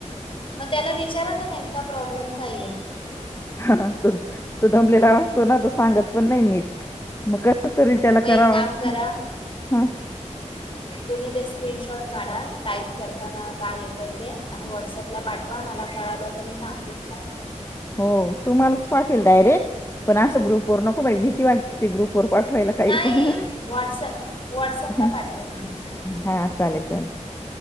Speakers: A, on the left; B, on the left.
A: मग त्याला विचारा ना, नेमका प्रॉब्लेम काही आहे.
B: हा तु तु दम दमलेला असतो ना, सांगत पण नाही नीट मग कस तरी त्याला
A: मग एक
B: कराव
A: काम
B: हम
A: करा तुम्ही ते स्क्रीनशॉट काढा टाईप करताना काय येतय ते आणि व्हॉटअपला पाठवा मला कळालं तर मी सांगते तुम्हाला
B: हो तुम्हालाच पाठवेल डायरेक्ट पण असं ग्रुप वर नको बाई
A: हम्म.
B: भीती वाटते ग्रुप वर पाठवायला काही
A: नाही
B: पण
A: व्हॉट्सअप व्हॉट्सअपला
B: ह
A: पाठवा तुम्ही.
B: हा चालेल चालेल